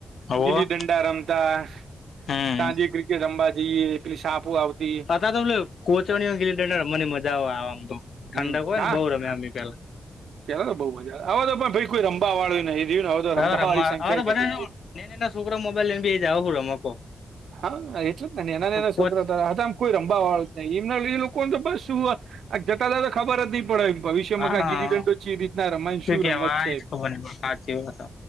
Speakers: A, on the left (about 55°); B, on the right (about 80°).
A: હોવ
B: ગીલીં ડ ડા રમતા
A: હમ
B: સાંજે ક્રિકેટ રમવા જઈએ પેલી સાપુ આવતી.
A: ના તો અમને કોચે ગિલી ડંડા રમવાની મજાય આવે આમ તો ઠંડક
B: હમ
A: હોય
B: હા
A: ને બઉ રમે્યા આમ પેલા.
B: પેલા તો બઉ મજા હવે તો પણ ભઈ કોઈ રમબવા વાળું નહી રહ્યું હવે તો
A: હા રમવા
B: વાળી સંખ્યા
A: હવે તો
B: ઘટી
A: બધા
B: ગઈ.
A: એ <unintelligible> છોકરાઓ મોબાઈલ લઈને બેહી જાય હવે હું રમવા.
B: હા એટલે જ નેના નેના ના
A: પોચ
B: છોકરા હતા હ અતા કોઈ રમવા વાળુ જ નહીં. એમના <unintelligible> લોકોણ તો પ શું હ જતા જ ખબર જ નહી પડે એમ. ભવિષ્યમાં
A: હા
B: ક ગીલી દંડો છે ચી રીતના રમાય શું
A: કેવાય
B: રમત છે.
A: જ ખબર નઈ પણ સાચી વાત